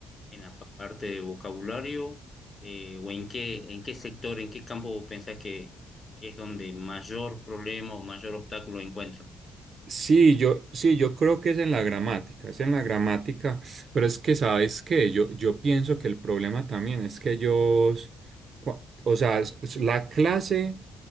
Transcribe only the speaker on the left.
en la parte de vocabulario, eh, o en qué, en qué sector, en qué campo vos pensás que, que es donde mayor problema o mayor obstáculo encuentran?